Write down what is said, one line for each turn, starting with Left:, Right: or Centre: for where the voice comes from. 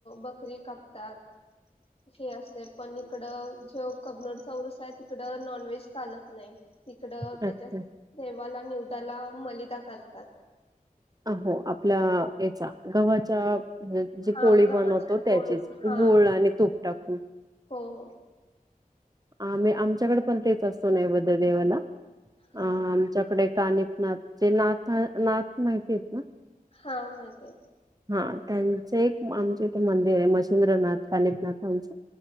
Left: बकरी कापतात. ह असते पण इकड जे कबनोरचाौरस आहे तिकड नॉन व्हेज चालत नाही. तिकड
Right: अच्छा.
Left: त्याच्या देवाला नि्यवदाला मलिदा करतात.
Right: अ हो आपल्या याचा गव्हाच्या जी
Left: हा
Right: पोळी
Left: गव्हाच्या
Right: बनवतो त्याचीच
Left: फोडून हा
Right: गुळ आणि तुप टाकून
Left: हो हो!
Right: आम्ही आमच्याकडे पण तेच असतो नाही नैवैध देवाला अ
Left: हा
Right: च्याकडे काणीप नात चेनात माहितीेत ना,
Left: हा माहिती आहे
Right: हा त्यांचं एक आमच इथे मंदिर आहे मसेिंद्रनाथ कालपनाथ आमचं.